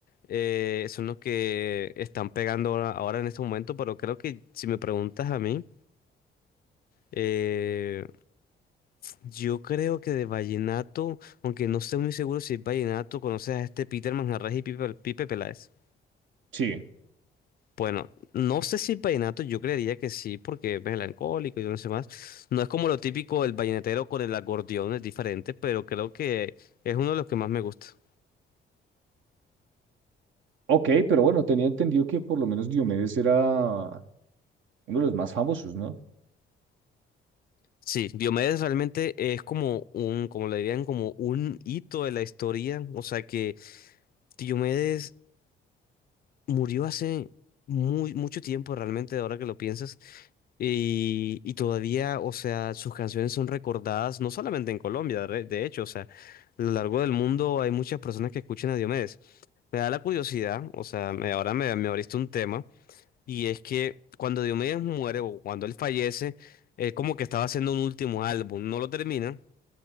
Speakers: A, on the left; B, on the right.
A: eh, son los que están pegando ahora, ahora en este momento, pero creo que si me preguntas a mí... Eh, yo creo que de vallenato, aunque no estoy muy seguro si es vallenato, conoces a este Peter Manjarrés y Pipe, Pipe Peláez.
B: Sí.
A: Bueno, no sé si es vallenato, yo creería que sí, porque es melancólico y no sé más. No es como lo típico del vallenatero con el acordeón, es diferente, pero creo que es uno de los que más me gusta.
B: Ok, pero bueno, tenía entendido que por lo menos Diomedes era uno de los más famosos, ¿no?
A: Sí, Diomedes realmente es como un, como le dirían, como un hito de la historia. O sea que Diomedes murió hace muy, mucho tiempo realmente, ahora que lo piensas. Y, y todavía, o sea, sus canciones son recordadas no solamente en Colombia, re- de hecho, o sea, a lo largo del mundo hay muchas personas que escuchan a Diomedes. Me da la curiosidad, o sea, me- ahora me, me abriste un tema, y es que cuando Diomedes muere o cuando él fallece, él como que estaba haciendo un último álbum, no lo termina,